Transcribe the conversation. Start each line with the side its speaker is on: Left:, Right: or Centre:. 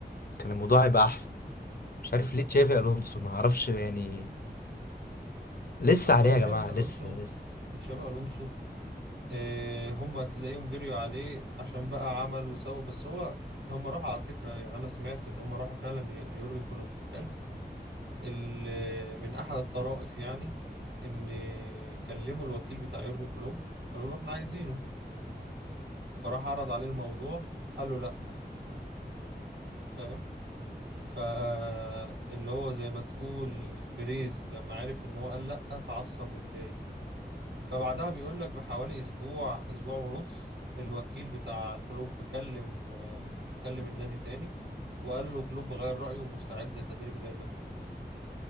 Left: كان الموضوع هيبقى احسن مش عارف ليه تشافي الونسو ما اعرفش يعني لسه
Right: والله
Left: عليه يا
Right: تشابي
Left: جماعه
Right: الونسو
Left: لسه لسه
Right: تشابي الونسو إيه هم تلاقيهم جريوا عليه عشان بقى عمل وسوى بس هو هم راحوا على فكرة يعني أنا سمعت إن هم راحوا فعلا ل- ليورجن كلوب حلو ال- من أحد الطرائف يعني إن كلموا الوكيل بتاع يورجن كلوب قالوا له إحنا عايزينه فراح عرض عليه الموضوع قال له لأ فاهم فاللي هو زي ما تقول بريز لما عرف إن هو قال لأ اتعصب واتضايق فبعدها بيقول لك بحوالي اسبوع اسبوع ونص الوكيل بتاع كلوب كلم آه، كلم النادي تاني وقال له كلوب غير رأيه ومستعد لتدريب ريال مدريد